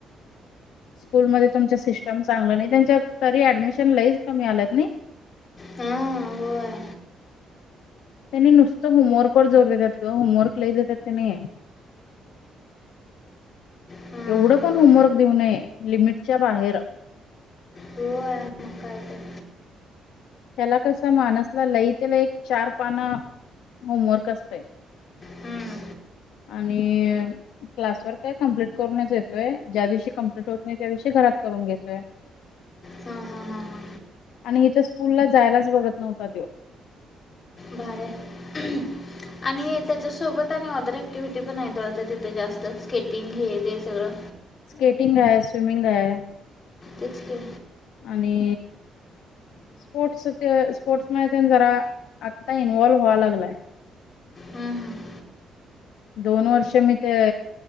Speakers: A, on the left (about 85°); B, on the left (about 40°).
A: स्कूलमध्ये तुमच्या सिस्टम चांगला नाही, तेच्यात तरी ऍडमि ऍडमिशन लईच कमी आलात नाही.
B: हम्म होय.
A: त्यांनी नुसतं होमवर्क व जोर देतात ग होमवर्क लई देतात त्यांनी.
B: हा
A: एवढं
B: व-
A: पण होमवर्क देऊ नये लिमिटच्या बाहेर.
B: होय मग काय तर
A: त्याला कस माणसला लय त्याला एक चार पान होमवर्क असतय
B: हम्म.
A: आणि क्लास वर काय कमप्लट करूनच येतोय ज्या दिवशी कमप्लीट होत नाही, त्या दिवशी घरात करून घेतोय.
B: हा हा हा हा
A: आणि हित स्कूलला जायलाच बघत नव्हता तो.
B: भारी हाय आणि त्याच्यासोबत. आणि अदर एक्टिव्हटी पण आहेत वाटत. तिथे जास्त स्केटिंग हे ते सगळं.
A: स्केटिंग आहे स्विमिंग हाय.
B: तेच की
A: आणि स्पोर्टस स्पोर्ट्स मध्ये तेन जरा आता इन्वॉल्व व्हाय लागलाय.
B: हम्म, हम्म.
A: दोन वर्ष मी ते